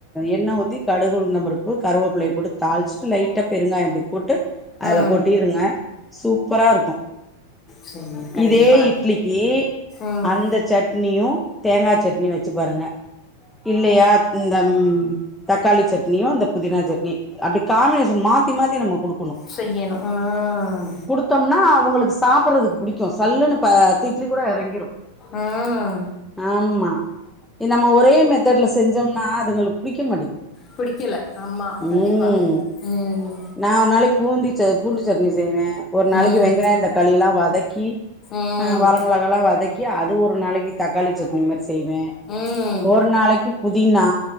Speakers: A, in the centre; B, on the left.
A: என்ண ஊத் தி கடுகுளுந்தம் பருப்பு கருவப்ளய போட்டு தாளிச்சிட்டு லைட்டா பெருங்காயோ பொடி போட்டு அதுல
B: ம்.
A: கொட்டிருங்க சூப்பராருக்கு
B: சரி. கண்டிப்பா.
A: இதே இட்லிக்கு
B: ம்.
A: அந்த சட்னி யு தேங்கா சட்னியு வச்சு பாருங்க இல்லயா இந்த ம் தக்காளி சட்னியு இந்த புதினா சட்னியு அப்டி காமினேஷன் மா மாத்தி மாத்தி நம்ம குடுக்கணு
B: செய்யணு ம்
A: குடுத்தம்னா அவங்களுக்கு சாப்பர் றதுக்கு புடிக்கு சல்லுன்னு ப பத்து இட்லி கூட எறங்கிரு
B: ம்
A: ஆமா இ நம்ம ஒரே மே செஞ்சம்னா அதுங்களுக்கு புடிக்க மாட்டிக்கிது
B: பிடிக்கல ஆமா கண்டிப்பா
A: ம்
B: ம்
A: நா ஒரு நாளைக்கு பூந்திச்ச பூண்டு சட்னி செய்வே ஒரு நாளைக்கு
B: ம்
A: வெங்காயம் தக் வதக்கி
B: ம்
A: அ வரமொளகாலா வதக்கி அது ஒரு நாளைக்கு தக்காளி சட்னி மரி செய்வே
B: ம்
A: ஒரு நாளைக்கு புதினா